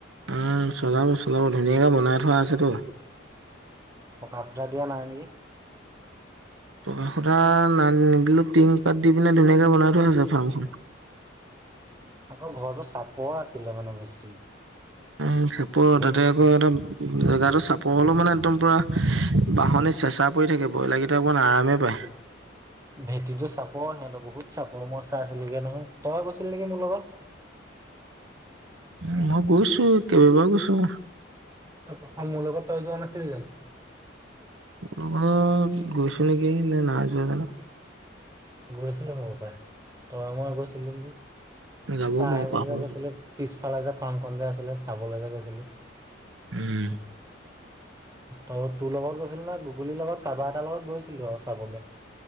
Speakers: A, on the right (about 85°); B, on the right (about 15°).
A: উম চলাব চলাব ধুনীয়াকে বনাই থোৱা আছেতো।
B: পকা কুঠা দিয়া নাই নেকি?
A: পকা খুটা নাই নিদিলোও টিং পাত দি পিনে ধুনীয়াকে বনাই থৈ দিছে ফাৰ্মখন।
B: আকৌ ঘৰতো চাপৰ আছিলে মানে বেছি।
A: উম চাপৰ
B: ভে
A: তাতে। আকৌ একদম জেগাটো চাপৰ হ'লেও মানে একদম পুৰা বাহনি চেচা পৰি থাকে। ব্ৰইলাৰকেইটা অকণমান আৰামে পায়।
B: ভেটিটো চাপৰ সিহঁতৰ বহুত চাপৰ মই চাইছিলোগে নহয় তই গৈছিলি নেকি মোৰ লগত।
A: উ মই গৈছোঁ কেইবাবাৰ গৈছোঁ।
B: তাৰ প্ৰথম মোৰ লগত তই যোৱা নাছিলি জানোঁ।
A: তাহাতৰ ঘৰত গৈছোঁ নেকি নে নাই যোৱা জানোঁ।
B: গৈছিলোঁ হব পাৰে তয় মই গৈছিলোঁ নেকী
A: যাবও
B: চাহ
A: পাৰো
B: আহিবলৈ
A: পাহৰো
B: যে গৈছিলোঁ। পিছফালে যে ফাৰ্মখন যে আছিলে চাবলৈ যে গৈছিলোঁ।
A: উম।
B: ত তোৰ লগত গৈছিলি না গুগুলিৰ লগত কাৰাবা এটাৰ লগত গৈছিলো আৰু চাবলৈ।